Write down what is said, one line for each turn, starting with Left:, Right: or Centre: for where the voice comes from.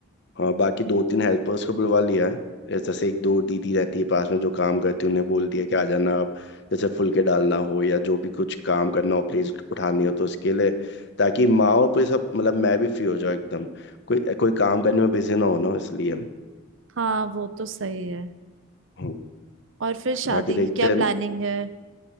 Left: हाँ बाकी दो तीन हेल्पर्स को बुलवा लिया है ऐसे- जैसे एक दो दीदी रहती है पास में जो काम करती है उन्हें बोल दिया कि आ जाना आप जैसे फुलके डालना हो या जो भी कुछ काम करना हो प्लेट उठानी हो तो उसके लिए ताकि माँ और पूरे सब मतलब मैं भी फ्री हो जाऊँ एकदम कोई कोई काम करने में बिजी ना हो ना इसलिए
Right: हाँ वो तो सही है
Left: हम्म,
Right: और फिर शादी
Left: बाकी देखते
Right: की क्या
Left: हैं
Right: प्लानिंग है